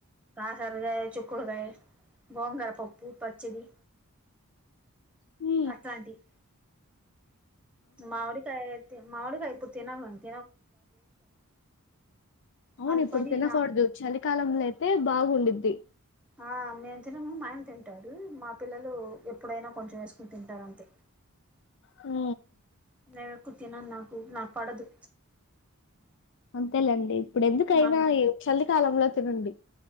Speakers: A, in the centre; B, on the left.
A: కాకరకాయ చుక్కుడుకాయ గోంగుర పప్పు పచ్చడి
B: హు
A: అట్లాంటివి మామిడికాయ అతే మావళగా అయిపోతతేనావ ఇక్కడి పదాలకు వాయిస్ టైపింగ్ పదాలకు తేడా ఉంది. మవిడుకయ ఇప్పుడు తినాలండి.
B: అవును
A: అందుకని
B: ఇప్పుడు తినకూడదు
A: నా
B: చలికాలంలో అయితే బాగుండద్ది
A: ఆ నెను తెనను మాయన్ తింటారు మా పిల్లలు ఎప్పుడైనా కొంచెం వేసుకుని తింటారు అంతే.
B: ఆ
A: నేను ఎక్కువ తినను నాకు నాకు పడదు
B: అంతే అండి ఇప్పుడు ఎందుకైనా
A: మా
B: ఈ చల్లి స్థాలంలో తినండి